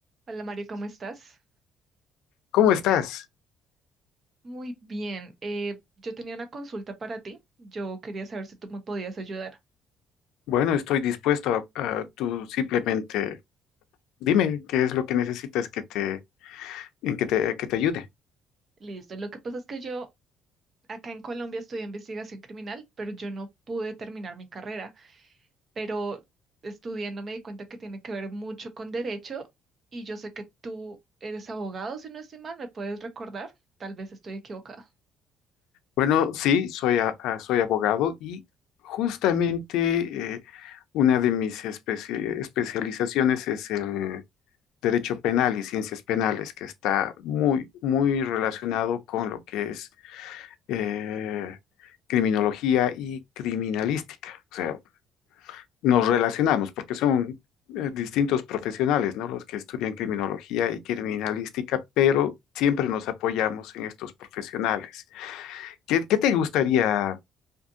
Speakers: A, on the right; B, on the left.
A: Hola Mario, ¿cómo estás?
B: ¿Cómo estás?
A: Muy bien. eh, yo tenía una consulta para ti. Yo quería saber si tú me podías ayudar.
B: Bueno, estoy dispuesto a, a- tú simplemente dime qué es lo que necesitas que te, en que te, que te ayude.
A: Listo. Lo que pasa es que yo acá en Colombia estudié investigación criminal, pero yo no pude terminar mi carrera. Pero estudiando me di cuenta que tiene que ver mucho con derecho y yo sé que tú eres abogado, si no estoy mal, ¿me puedes recordar? Tal vez estoy equivocada.
B: Bueno, sí, soy, a- a- soy abogado y justamente eh, una de mis especi- especializaciones es el derecho penal y ciencias penales, que está muy, muy relacionado con lo que es eh, criminología y criminalística. O sea, nos relacionamos, porque son eh, distintos profesionales, ¿no? Los que estudian criminología y criminalística, pero siempre nos apoyamos en estos profesionales. ¿Qué, qué te gustaría